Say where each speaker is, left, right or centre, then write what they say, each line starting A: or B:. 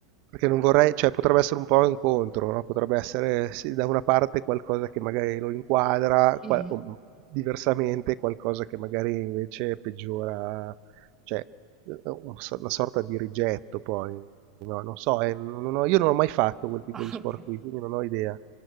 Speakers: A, on the right; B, on the right.
A: perché non vorrei, cioè potrebbe essere un po' incontro, no? Potrebbe essere sì, da una parte qualcosa che magari lo inquadra,
B: Mhm.
A: qual- o diversamente qualcosa che magari invece peggiora, cioè eh, eh, un so- una sorta di rigetto poi, no? Non so, eh, non ho- io non ho mai fatto quel tipo
B: Ah,
A: di sport
B: <laughs> ok.
A: qui, quindi non ho idea.